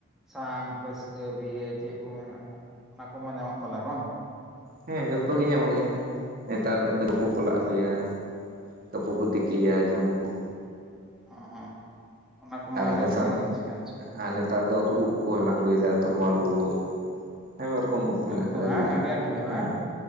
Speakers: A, in the centre; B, on the right (about 45°).
A: ᱥᱟᱝ, ᱯᱟᱹᱥᱠᱟᱹ, ᱵᱤᱭᱟᱹ ᱪᱮᱫ ᱠᱚ ᱢᱮᱱᱟᱜ ᱚᱱᱟ ᱠᱚᱢᱟ ᱧᱟᱢᱚᱜ ᱛᱟᱞᱮ ᱵᱟᱝ?
B: ᱦᱮᱸ ᱡᱚᱛᱚ ᱜᱮ ᱧᱟᱢᱚᱜ ᱜᱮᱭᱟ ᱱᱮᱛᱟᱨ ᱫᱤᱱ ᱫᱚ ᱠᱟᱹᱯᱩ ᱠᱚ ᱞᱟᱜ ᱟᱹᱜᱩᱭᱟ᱾ ᱠᱟᱹᱯᱩ ᱠᱚ ᱛᱤᱠᱤᱭᱟ ᱡᱚᱢ ᱟᱹᱠᱩ᱾
A: ᱚᱸᱜ, ᱚᱱᱟ ᱠᱚᱢᱟ
B: ᱟᱨ
A: ᱟᱹᱰᱤ
B: ᱤᱱᱟᱹ
A: ᱵᱷᱟᱜᱤ
B: ᱥᱟᱶᱛᱮ
A: ᱡᱤᱱᱤᱥ ᱠᱟᱱ ᱪᱚ᱾
B: ᱟᱨ ᱱᱮᱛᱟᱨ ᱫᱚ ᱩᱫ ᱠᱚ ᱦᱟᱞᱟᱝ ᱟᱹᱜᱩᱭᱫᱟ ᱛᱚᱨᱢᱟᱞ ᱩᱫ᱾ ᱟᱭᱢᱟ ᱨᱚᱠᱚᱢ ᱩᱫ ᱢᱮᱱᱟᱜ
A: ᱠᱚ
B: ᱠᱟᱫᱟ
A: ᱦᱟᱝ
B: ᱵᱤᱨ ᱨᱮ
A: ᱟᱹᱰᱤ ᱟᱸᱴ ᱦᱩᱭᱩᱜᱼᱟ
B: ᱦᱮᱸ
A: ᱦᱟᱝ